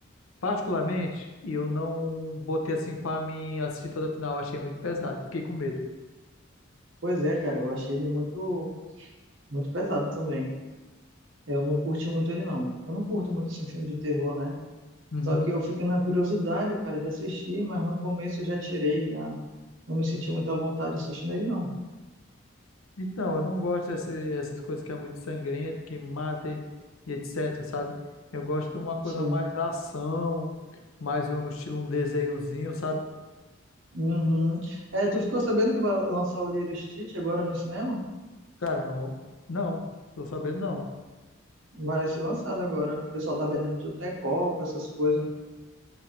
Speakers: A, on the left (about 80°); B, on the right (about 70°).
A: particularmente, eu não botei assim pra mim assistir toda a final, eu achei muito pesado, fiquei com medo.
B: Pois é, cara, eu achei ele muito, muito pesado também. Eu não curti muito ele não. Eu não curto muito assim, filme de terror, né?
A: Uhum.
B: Só que eu fiquei na curiosidade, cara, de assistir, mas no começo eu já tirei, já. Não me senti muito à vontade assistindo ele, não.
A: Então, eu não gosto desse- dessas essas coisas que é muito sangrenta, que mata e, e etc, sabe? Eu gosto de uma coisa
B: Sim.
A: mais ação, mais um estilo, um desenhozinho, sabe?
B: Uhum. É, tu ficou sabendo que vai lançar o Lilo e Stitch agora no cinema?
A: Cara, não, não, tô sabendo não.
B: Vai ser lançado agora. O pessoal tá vendendo tudo, até copo, essas coisas.